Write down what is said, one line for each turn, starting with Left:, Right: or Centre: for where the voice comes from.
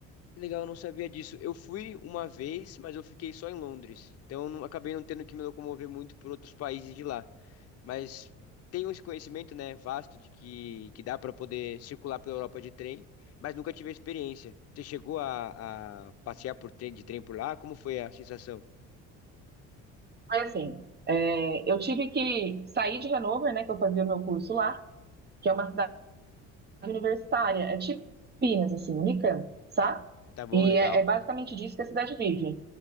Left: Que legal, eu não sabia disso. Eu fui uma vez, mas eu fiquei só em Londres. Então eu não- acabei não tendo que me locomover muito por outros países de lá. mas tenho esse conhecimento, né, vasto de que, que dá para poder circular pela Europa de trem, mas nunca tive a experiência. Você chegou a, a passear por trem, de trem por lá? Como foi a sensação?
Right: Foi assim, eh, eu tive que sair de Hannover, né? Que eu fazia o meu curso lá, que é uma cidade universitária, é tipo Pinas, assim, Unicamp, sabe?
Left: Tá bom,
Right: E
Left: legal.
Right: é, é basicamente disso que a cidade vive.